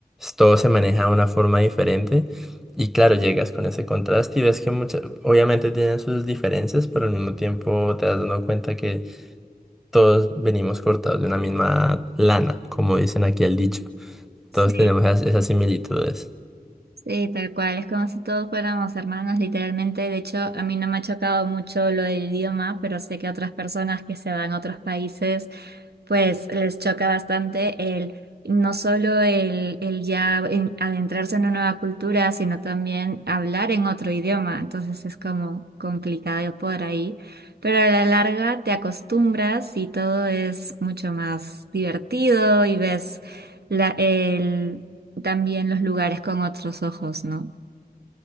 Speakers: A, in the centre; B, on the right.
A: todo se maneja de una forma diferente y claro, llegas con ese contraste y ves que muchas, obviamente tienen sus diferencias, pero al mismo tiempo te das dando cuenta que todos venimos cortados de una misma lana, como dicen aquí el dicho.
B: Sí.
A: Todos tenemos esas, esas similitudes.
B: Sí, tal cual, es como si todos fuéramos hermanos, literalmente. De hecho, a mí no me ha chocado mucho lo del idioma, pero sé que a otras personas que se van a otros países, pues les choca bastante el, no solo el, el ya en- adentrarse en una nueva cultura, sino también hablar en otro idioma. Entonces es como complicado por ahí. Pero a la larga te acostumbras y todo es mucho más divertido y ves la, el también los lugares con otros ojos, ¿no?